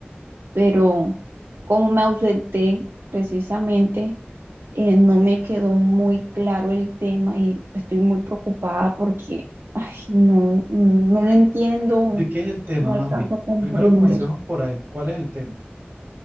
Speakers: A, on the right (about 75°); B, on the right (about 55°).
A: Pero como me ausenté precisamente, eh, no me quedó muy claro el tema y estoy muy preocupada porque ay, no, no, no lo entiendo,
B: ¿de qué es el tema
A: no alcanzo
B: más bien?
A: a comprender.
B: Primero comencemos por ahí. ¿Cuál es el tema?